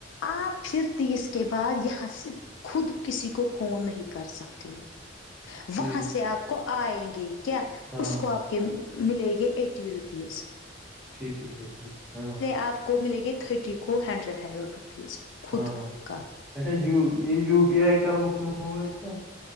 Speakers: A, on the left (about 70°); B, in the centre.
A: آپ پھر تیس کے بعد یہاں سے خود کسی کو فون نہیں کر سکتے ہو
B: ٹھیک
A: وہاں سے آپ کو آئیں گے کیا
B: ہاں
A: اس
B: ہاں
A: کو آپ کے ملے گے ایٹی روپیز
B: ٹھیک ہے ٹھیک ہاں
A: آپ کو ملے گے تھرٹی کو ہنڈریڈ ہنڈریڈ روپیز خود
B: ہاں ہاں
A: کا
B: اچھا یہ یو پی آئی کر اوپن ہوگا اسکا